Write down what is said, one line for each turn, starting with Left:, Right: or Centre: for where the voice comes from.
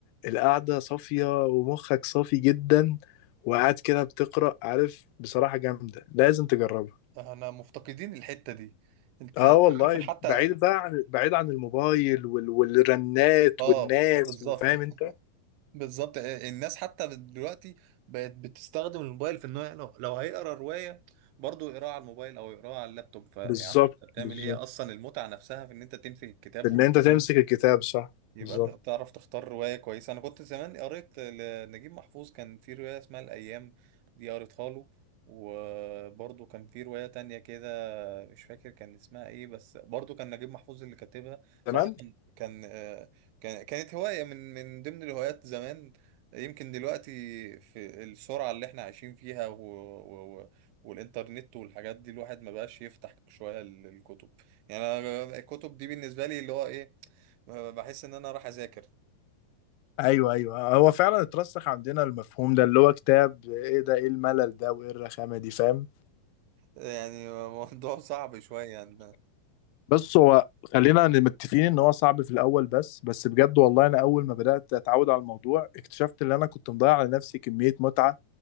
Left: القعدة صافية ومخك صافي جدا وقاعد كده بتقرأ عارف بصراحة جامدة لازم تجربها
Right: انا مفتقدين الحتة دي انت
Left: اه والله
Right: عارف حتى
Left: بعيد بقى عن بعيد عن الموبايل وال... والرنات
Right: اه
Left: والناس
Right: بالظبط
Left: وفاهم
Right: <laughs>
Left: انت
Right: بالظبط الناس حتى دلوقتي بقت بتستخدم الموبايل في انه لو, لو هيقرا رواية برضه يقراها على الموبايل او يقراها على اللابتوب فيا
Left: بالظبط
Right: عم انت بتعمل
Left: بالظبط
Right: ايه اصلا المتعة نفسها في ان انت تنفي الكتاب
Left: ان انت تمسك الكتاب صح
Right: ويبقى
Left: بالظبط
Right: ت- تعرف تختار رواية كويسة انا كنت زمان قريت لنجيب محفوظ كان في رواية اسمها الايام دي قريتها له وبرضه كان في رواية تانية كده مش فاكر كان اسمها ايه بس برضو كان نجيب محفوظ اللي كاتبها
Left: تمام
Right: صراحة كان كان آه، كان كانت هواية من من ضمن الهوايات زمان يمكن دلوقتي في السرعة اللي احنا عايشين فيها و... و... و... والإنترنت والحاجات دي الواحد ما بقاش يفتح شوية ال- الكتب يعني أنا الكتب دي بالنسبة لي اللي هو ايه بحس ان انا راح اذاكر
Left: ايوه ايوه هو فعلا اترسخ عندنا المفهوم ده اللي هو كتاب ايه ده ايه الملل ده وايه الرخامة دي فاهم
Right: يعني موضوع <laughs> صعب شوية يعني
Left: بس هو خلينا متفقين ان هو صعب في الاول بس بس بجد والله انا اول ما بدات اتعود على الموضوع اكتشفت ان انا كنت مضيع على نفسي كميه متعه